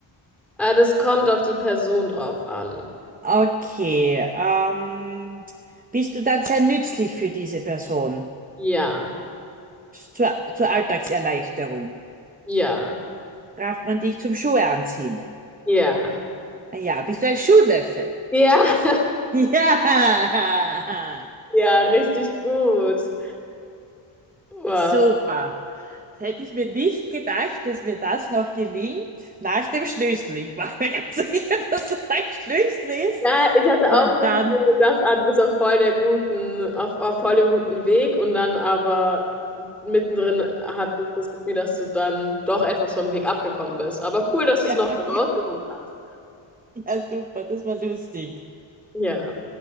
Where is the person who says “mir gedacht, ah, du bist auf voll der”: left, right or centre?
Centre